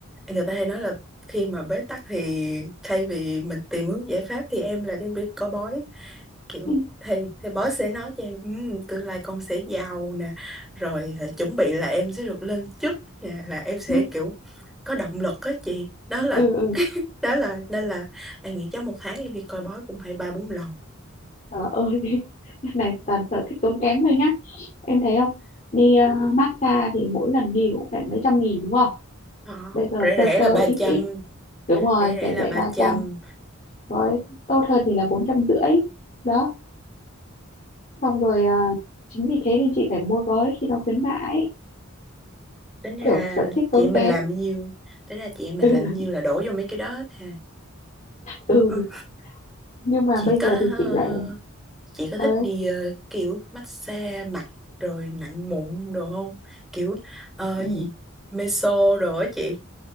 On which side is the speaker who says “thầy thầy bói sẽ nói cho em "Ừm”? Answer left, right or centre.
Centre